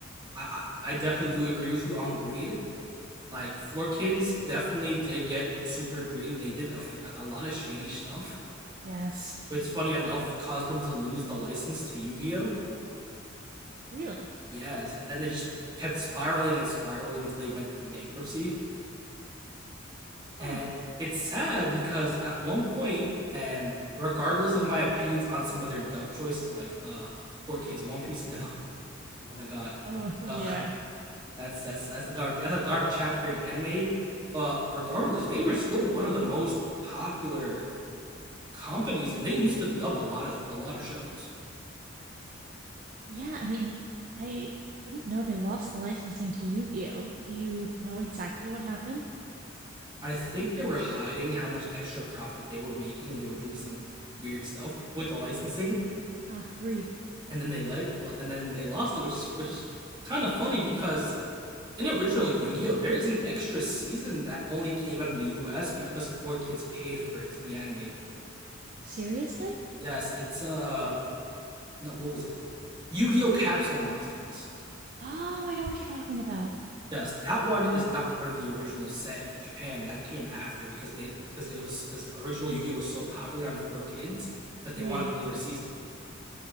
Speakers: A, on the right; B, on the right.
A: I I definitely do agree with you on greed. Like four kids definitely did get super greedy. They did a, few, a lot of shady stuff,
B: Yes.
A: which funny enough caused them to lose the license to Yu-Gi-Oh.
B: Really?
A: Yes, and then they just kept spiraling and spiraling until they went through bankruptcy.
B: Huh.
A: And
B: <laughs>
A: it's sad because at one point, and regardless of my opinions on some of their dub choices, like uh, four kids, One Piece, <laughs> no, oh my god,
B: Oh,
A: uh,
B: yeah.
A: That's that's that's a dark that's a dark chapter in anime. But regardless, they were still one of the most popular companies, and they used to dub a lot of a lot of shows.
B: Yeah, I mean, I didn't know they lost the licensing to Yu-Gi-Oh. Do you know exactly what happened?
A: I think they were hiding how much extra profit they were making, and they were doing some weird stuff with the licensing.
B: Ah, greed.
A: And then they let and then they lost it, which is which is kind of funny because in original Yu-Gi-Oh, there's an extra season that only came out in the U.S. because four kids paid for it to be animated.
B: Seriously?
A: Yes, it's uh no, what was it called? Yu-Gi-Oh! Capsule Monsters.
B: Oh, I know what you're talking about.
A: Yes, that one is not part of the original set for Japan. That came after because they because it was because the original Yu-Gi-Oh was so popular on Four Kids that they
B: Right.
A: wanted another season.